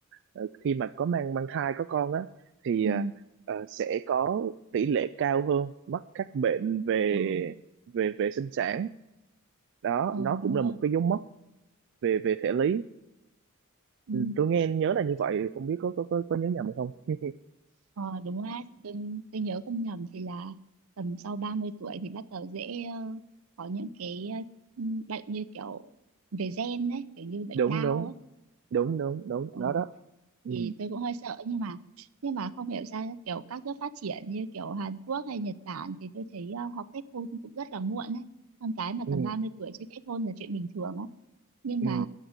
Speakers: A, on the right; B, on the right.
A: ờ, khi mà có mang mang thai có con á thì
B: Ừ.
A: ờ, ờ, sẽ có tỷ lệ cao hơn mắc các bệnh về
B: Ừ.
A: về về sinh sản đó
B: Ờ,
A: nó
B: đúng
A: cũng là
B: rồi
A: một cái dấu mốc về về thể lý
B: ừ.
A: Ừ, tôi nghe nhớ là như vậy không biết có có có, có nhớ nhầm không <laughs>
B: Ờ, đúng rồi tôi, tôi nhớ không nhầm thì là tầm sau 30 tuổi thì bắt đầu dễ ờ, có những cái ờ, bệnh như kiểu về gen đấy kiểu như bệnh
A: đúng
B: đau
A: đúng
B: ấy
A: đúng đúng đúng
B: ừ.
A: nó đó ừ,
B: thì tôi cũng hơi sợ nhưng mà nhưng mà không hiểu sao kiểu các nước phát triển như kiểu Hàn Quốc hay Nhật Bản thì tôi thấy ờ, họ kết hôn cũng rất là muộn ấy con cái mà
A: ừ,
B: tầm 30 tuổi chưa kết hôn là chuyện bình thường nhưng
A: ừ.
B: mà